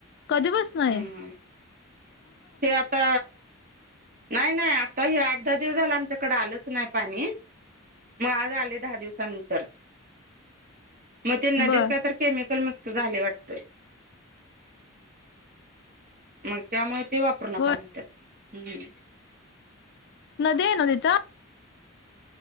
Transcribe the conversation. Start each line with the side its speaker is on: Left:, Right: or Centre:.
Left: कधी बसनय
Right: ह हे आता नाही नाही आता त हे आठ दहा दिवस झाला आमच्याकडे आलंच नाही पाणी मग आज आले दहा दिवसानंतर मग ते नदीत
Left: बर
Right: का तर केम झा वाट मग त्यामुळे ते वापरू नका
Left: होय
Right: म्हणतात हम्म
Left: न दे नदीता